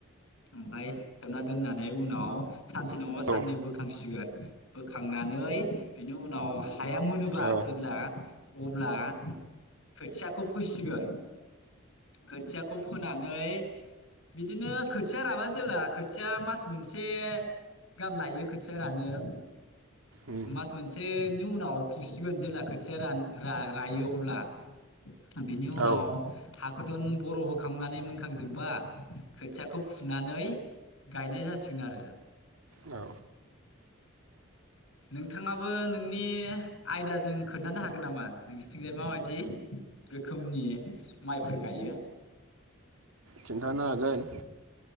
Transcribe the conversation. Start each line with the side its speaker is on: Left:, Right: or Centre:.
Left: ओमफफ्राय सोमना दोननानै उनाव- सानसे नङाबा
Right: औ
Left: साननै बोखांसिगोन बोखांनानै बिनि उनाव हाया मोनोबा
Right: औ
Left: जेब्ला अब्ला खोथियाखौ फुसिगोन। खोथियाखौ फोनानै बिदिनो खोथिया रबा जेला खोथिया मास मोनसे गाहाम लायो खोथिया रानो-
Right: उम
Left: मास मोनसेनि उनाव फुसिगोन जेब्ला खोथिया रान रायो अब्ला बिनि उनाव
Right: औ
Left: हाग गोथोन बर' होखांनानै मोनखांजोबबा खोथियाखौ फुनानै- गायनाय जासिगोन आरो।
Right: औ
Left: नोंथाङाबो नोंनि आयदाजों खोन्थानो हागोन नामा नोंसिथिंजाय माबायदि? रोखोमनि माइफोर गायो
Right: खिन्थानो हागोन